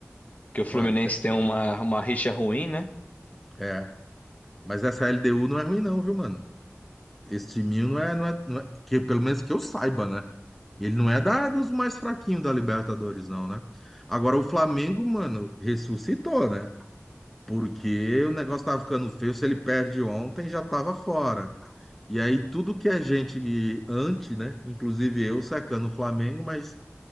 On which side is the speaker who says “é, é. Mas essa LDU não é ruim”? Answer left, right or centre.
Centre